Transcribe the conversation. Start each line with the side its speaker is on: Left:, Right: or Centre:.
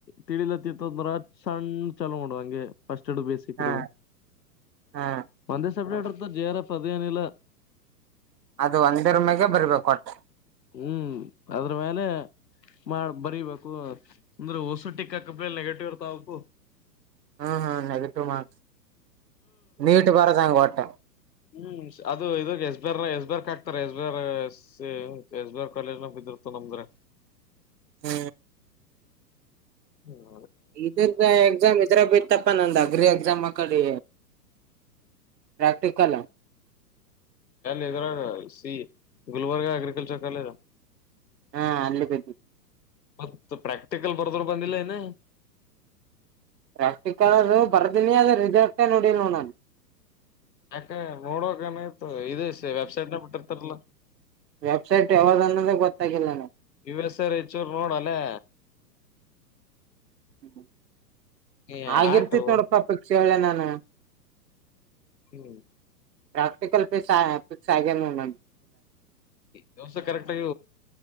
Left: ತಿಳಲತ್ತತ್ತಂದ್ರ ಸಣ್ಣ ಚಲ ನೋಡು ಹಂಗೆ ಸ್ಟ್ ಬೇಸಿಕ್ಡ
Right: ಹ್ಮ್ ಹ್ಮ್
Left: ಒಂದ ಸ ಜೆ ಆರ್ ಎಫ್ ಅದೇ ನಿಲ್ಲ
Right: ಅದು ಒಂದೇ ರಮಾಗ ಬರ್ಬೇಕ ಹೊಟ್ಟ
Left: ಹ್ಮ್ ಅದ್ರ ಮೇಲೆ ಮಾಡ ಬರಿಬೇಕು ಅಂದ್ರೆ ಹೊಸುಟಿಕ್ಕಕ ನೆಗೆಟಿವ್ ಇರ್ತಾವಬೇಕು
Right: ಹ್ಮ್ ಹ್ಮ್ ನೆಗಟಿವ್ ಮಾರ್ಕ್ಸ್ ನೀಟ್ ಬರ ಸಾಂಗ ಒಟ್ಟ
Left: ಹ್ಮ್ ಅದು ಇದಾಗ ಎಸ್ ಬೇರ್ ಎಸ್ ಬೇರ್ಕ್ ಹಾಕ್ತಾರ ಎಸ್ ಬೇರ್ ಪ ಎಸ್ಬರ್ ಕಾಲೇಜ್ನ ಬಿದ್ದಿರ್ತ ನಮಗ್ರೆ
Right: ಹ್ಮ
Left: ಹೌ
Right: ಇದ ಎಕ್ಸಾಮ್ ಇದ್ರ ಬಿಟ್ಟಪ್ಪ ನಂದ್ ಅಗ್ರಿ ಎಕ್ಸಾಮ್ ಕಡೆ ಪ್ರಕ್ಟಿಕಲ್
Left: ನ್ದರ ಸಿ ಗುಲ್ಬರ್ಗ ಅಗ್ರಿಕಲ್ಚರ್ ಕಾಲೇಜ
Right: ಹಾ ಅಲ್ಲಿ ಬಿದ್ದಿ
Left: ಮತ್ತ ಪ್ರಾಕ್ಟಿಕಲ್ ಬರದರು ಬಂದಿಲ್ಲ ಏನ
Right: ರಾಷ್ಟಿ ಕಾಲ ಬರ್ದನಿ ಅದ ರಿಸಲ್ಟೇ ನೋಡಿಲ್ ನೋ ನಾನು
Left: ಯಕ ನೋಡಕನ ಇದು ವೆಬ್ಸೈಟ್ನ ಬಿಟ್ಟಿರ್ತಾರಲ್ಲ
Right: ವೆಬಸೈಟ್ ವಜಾನಲ್ಲಿ ಗತ್ತ ಕೆಲ್ಲಾನ
Left: ಯು ಎಸ್ ಆರ್ ಹೆಚ್ಚೂರ್ ನೋಡಲ್ಲೇ
Right: ಹ್ಮ ಹ
Left: ಈ
Right: ಆಗಿರ್ತಿತ್
Left: ಆಟು
Right: ನೋಡಪ್ಪಾ ಅಪೇಕ್ಷೆ ಹೇಳಳ್ಳೆ ನಾನು
Left: ಹ್ಮ್
Right: ಪ್ರಾಕ್ಟಿಕಲ್ ಸ ನ
Left: ವ್ಯವಸ ಕರೆಕ್ಟ್ ಆಗ